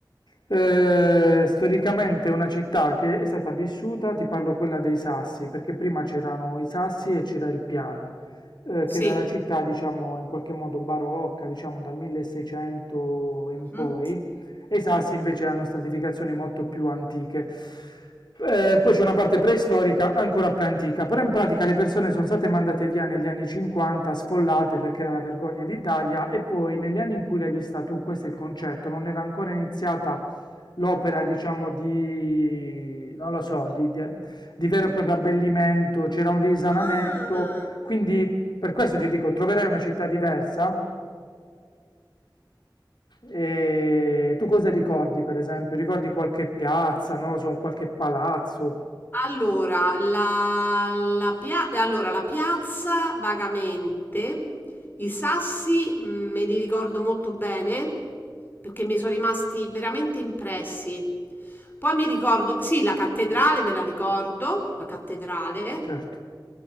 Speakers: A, on the left (about 65°); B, on the left (about 25°).
A: eh, storicamente è una città che è stata vissuta, ti parlo quella dei Sassi, perché prima c'erano i Sassi e c'era il piano eh,
B: sì.
A: che era la città, diciamo, in qualche modo barocca, diciamo dal 1600 in
B: Mhm.
A: poi, e i Sassi invece hanno stratificazioni molto più antiche. Eh, poi c'è una parte preistorica ancora più antica, però in pratica le persone sono state mandate via negli anni 50, sfollate perché era la vergogna d'Italia, e poi negli anni in cui l'hai vista tu, questo è il concetto, non era ancora iniziata l'opera, diciamo, di, non lo so, di, di- di vero e proprio abbellimento, c'era un risanamento,
B: Ah.
A: quindi per questo ti dico, troverai una città diversa. E tu cosa ricordi, per esempio? Ricordi qualche piazza, non lo so, qualche palazzo?
B: Allora la, la pia- allora, la piazza vagamente, i sassi mh, me li ricordo molto bene perché mi sono rimasti veramente impressi. Poi mi ricordo, sì, la cattedrale me la ricordo, la cattedrale,
A: Certo,